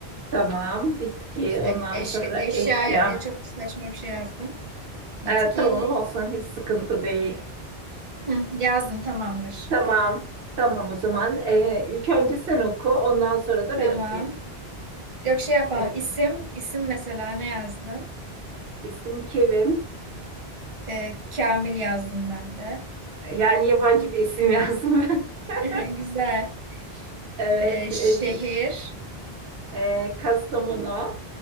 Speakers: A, on the right (about 70°); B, on the right (about 35°).
A: Tamam. Bitki. Ondan
B: E, eş,
A: sonra
B: eşyaya
A: eşya.
B: e, çok saçma bir şey yazdım. Bitki.
A: Ee, tamam olsun. Hiç sıkıntı değil.
B: Hı, yazdım tamamdır.
A: Tamam. Tamam o zaman. Ee, ilk önce sen oku. Ondan sonra da
B: Tamam.
A: ben okuyayım.
B: Yok şey yapalım.
A: Evet.
B: İsim, isim mesela ne yazdın?
A: İsim Kevin.
B: Ee, Kamil yazdım ben de.
A: Yani yabancı bir isim yazdım ben. <laughs>
B: <laughs> Güzel.
A: Evet.
B: Ee, şehir,
A: Eş, ee, Kastamonu.